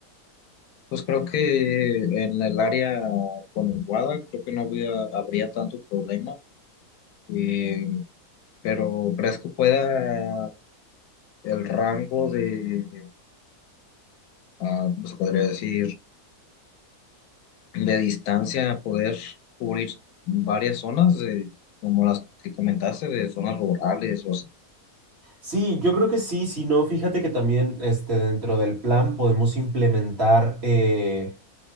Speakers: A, on the left (about 80°); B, on the right (about 45°).
A: Pues creo que en el área conurbada creo que no había- habría tanto problema, eh, pero ¿crees que pueda el rango de, ah, ¿cómo se podría decir, de distancia poder cubrir varias zonas, de- como las que comentaste, de zonas rurales o así?
B: Sí, yo creo que sí, si no, fíjate que también este, dentro del plan podemos implementar eh,